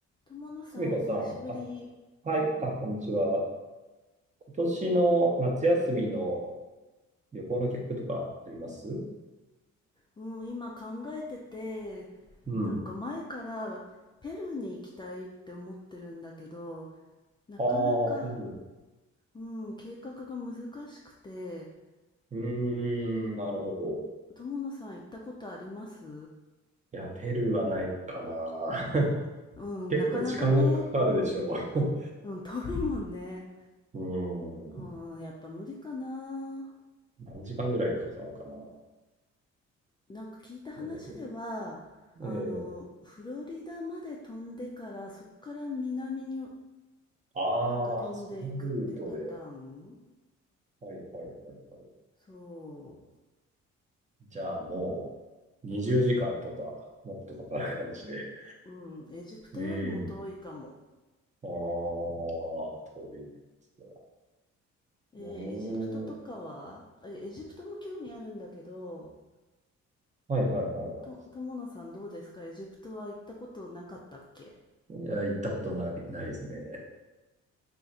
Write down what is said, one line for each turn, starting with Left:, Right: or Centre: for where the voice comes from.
Left: 友野さん、
Right: すみこさん、
Left: 久しぶり。
Right: あ、はい、あ、こんにちは。今年の夏休みの旅行の計画とかあります
Left: うん、今考えてて、
Right: うん。
Left: なんか前からペルーに行きたいって思ってるんだけど、なかなか、
Right: ああ、ペルー
Left: うん、計画が難しくて、
Right: うーん、なるほど。
Left: 友野さん行ったことあります
Right: いや、ペルーはないかな。<laughs>
Left: うん、
Right: 結構時間がかかるでしょう。
Left: なかなかね、うん、遠いもんね。
Right: <laughs> うーん、
Left: うん、やっぱ無理かな。
Right: 何時間ぐらいかかるかな。
Left: なんか聞いた話では、
Right: う
Left: あの、
Right: ん、ええ
Left: フロリダまで飛んでから、そっから南に
Right: ああー、
Left: なんか飛んでいくっていうパターン
Right: そのルートで。はい、はい、はい、はい。
Left: そ
Right: じゃあもう20時間とか、もっとかかる感じで。
Left: う、うん、エジプトよりも遠いかも。
Right: うんああ、遠いね。それは。
Left: えーエジプトとかは、
Right: うーん。
Left: えエジプトも興味あるんだけど、
Right: はいはいはいは
Left: と、友野さんどうですかエジプトは行ったことなかったっけ
Right: い。いや、行ったことない、ないですね。